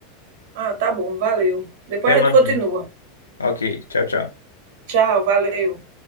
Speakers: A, on the right; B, on the left.
A: Ah, tá bom, valeu. Depois
B: Até mais.
A: a gente continua.
B: Ok, tchau, tchau.
A: Tchau, valeu.